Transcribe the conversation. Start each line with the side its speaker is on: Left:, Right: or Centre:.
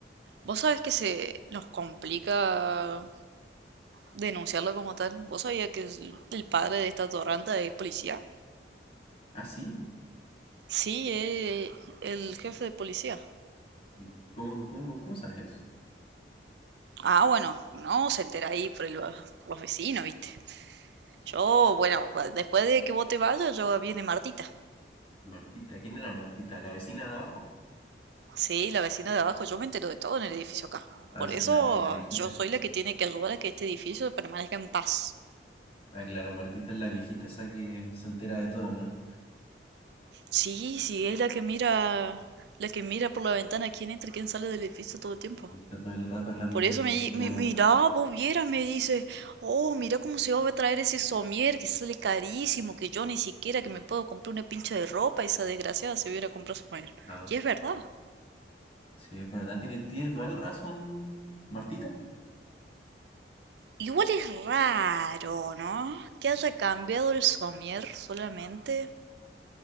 Right: Vos sabés que se nos complica denunciarlo como tal. ¿Vos sabías que es- el padre de esta torranta es policía?
Left: Ah, sí.
Right: Sí, es el jefe de policía.
Left: ¿Y ¿Cómo, cómo, cómo sabes eso?
Right: Ah, bueno, no se entera ahí por, el- por los vecinos, ¿viste? Yo, bueno, después de que vos te vayas, yo viene Martita.
Left: Martita. ¿Quién era Martita? ¿La vecina de abajo?
Right: Sí, la vecina de abajo, yo me entero de todo en el edificio acá.
Left: Ah,
Right: Por
Left: esa
Right: eso
Left: es la, la viejita.
Right: yo soy la que tiene que ayudar a que este edificio permanezca en paz.
Left: Ah, claro, Martita es la viejita esa que se entera de todo, ¿no?
Right: Sí, sí, es la que mira, la que mira por la ventana quién entra y quién sale del edificio todo el tiempo.
Left: Y está todo el rato hablando
Right: Por
Left: por
Right: eso
Left: el
Right: me,
Left: grupo
Right: di- mi-
Left: de
Right: mira,
Left: WhatsApp.
Right: vos vieras, me dice, oh, mira cómo se va a traer ese somier que sale carísimo, que yo ni siquiera que me puedo comprar una pincha de ropa, esa desgraciada se viene a comprar somier.
Left: Ah,
Right: Y es verdad.
Left: sí, es verdad. Tiene, tiene toda la razón, Martita.
Right: Igual es raro, ¿no? Que haya cambiado el somier solamente.